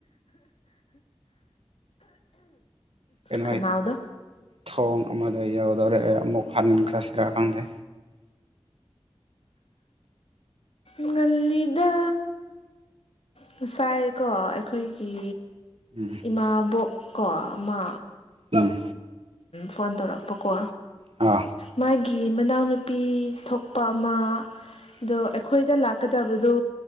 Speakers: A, on the right; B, on the left.
A: ꯀꯩꯅꯣ
B: ꯈꯅꯥꯎꯗꯣ
A: ꯊꯣꯡ ꯑꯃꯗ ꯌꯥꯎꯔ ꯀꯩꯗꯧꯔꯦ ꯑꯃꯨꯛ ꯍꯟꯈꯔꯥꯁꯤꯔ ꯈꯪꯗꯦ
B: ꯉꯜꯂꯤꯗ ꯉꯁꯥꯏꯀꯣ ꯑꯩꯈꯣꯏꯒꯤ
A: ꯎꯝ
B: ꯏꯃꯥꯕꯣꯛ ꯀꯣ ꯑꯃ
A: ꯎꯝ
B: ꯐꯣꯟ ꯇꯧꯔꯛꯄꯀꯣ
A: ꯑ
B: ꯃꯥꯒꯤ ꯃꯅꯥꯎꯅꯨꯄꯤ ꯊꯣꯛ ꯅꯨꯄꯥ ꯑꯃ ꯑꯗꯣ ꯑꯩꯈꯣꯏꯗ ꯂꯥꯛꯀꯗꯕꯗꯣ